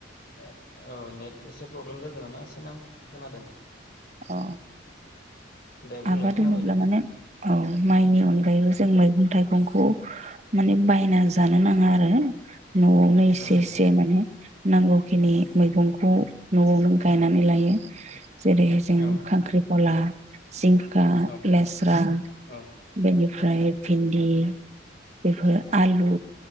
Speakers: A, on the left; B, on the right.
A: <unintelligible> औ, नेट एसे प्रब्लेम जादों नामा एसे नांथानाय खोनादों।
B: औ,
A: दे बुंलाय
B: आबाद
A: खोनाबाय
B: होनोब्ला
A: दे एबार
B: माने औ, माइनि अनगायैबो जों मैगं थाइगंखौ माने बायना जानो नाङा आरो नआवनो एसे
A: औ नंगौ
B: एसे माने नांगौखिनि मैगंखौ नआवनो गायनानै लायो। जेरै जों
A: औ
B: खांख्रिख'ला जिंखा
A: औ
B: लेस्रा
A: औ
B: बेनिफ्राय
A: औ
B: भिन्दि बेफोर आलु